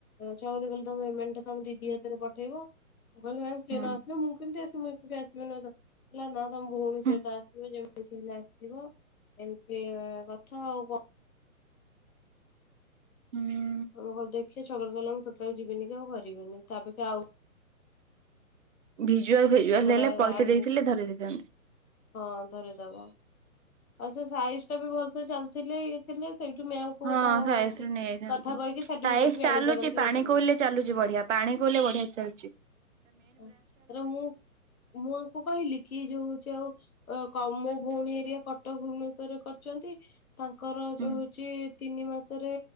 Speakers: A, on the left; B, on the right.
A: ତାପରେ କହିଲେ ତମ ଏମେଣ୍ଟ ଟା ତମ ଦିଦି ହାତରେ ପଠେଇବ ମୁଁ କହିଲି ମାମ ସିଏ
B: ହୁଁ
A: ନ ଆସିଲ ମୁଁ କେମତି ଆସି ମୁଇଁ ଏକୁଟିଆ ଆସିବିିନ ତ ହେଲା ନା ତମ ଭଉଣୀ
B: ହୁଁ
A: ସହିତ ଆସିବ ଯେମିତି ହେଲେ ଆସିବ। ଏମତି ଆ କଥା ଆଉ କଣ?
B: ହୁଁ।
A: ଆମେ କହିଲୁ ଦେଖିଆ ଛଗଲ କହିଲା ମୁ ଟୋଟାଲ ଯିବିନି କି ଆଉ କରିବିନି ତା ଅପେକ୍ଷା ଆଉ
B: ଭିଜୁଆଲ ଭିଜୁଆଲ
A: ଲୋକଟା
B: ହେଲେ ପଇସା
A: ଆଣିବି।
B: ଦେଇଥିଲେ ଧରେଇ ଦେଇଥାନ୍ତେ।
A: ହଁ ଧରେଇଦବ। ଆଉ ସେ ସାଇଜ ଟା ବି ଭଲ ସେ ଚାଲିଥିଲେ ଇଏ ଥିଲେ ସେଇଠୁ ମ୍ୟାମକୁ
B: ହଁ
A: ତାଙ୍କ
B: ସାଇସ
A: ମ୍ୟାମକୁ
B: ରୁ ନେଇଯାଇଥାନ୍ତୁ
A: କଥା କହିକି
B: ସାଇସ
A: ସାର୍ଟିଫିକେଟ ବି
B: ଚାଲୁଛି
A: ଆଣିପାରନ୍ତି
B: ପାଣି
A: ଇଏ କରନ୍ତି।
B: କୋଇଲରେ ଚାଲୁଛି ବଢିଆ ପା ପାଣି କୋଇଲିରେ ବଢିଆ ଚାଲୁଚି।
A: ହ ତାର ମୁଁ ମୁଁୟାଙ୍କୁ କହିଲି କି ଯୋଉ ହଉଛି ଆଉ। ଅ କ ମୋ ଭଉଣୀ ହେରିକା କଟକ ଭୁବନେଶ୍ୱରରେ କରିଚନ୍ତି ତାଙ୍କର
B: ହୁଁ
A: ଯୋଉ ହଉଚି ତିନି। ତିନି ମାସରେ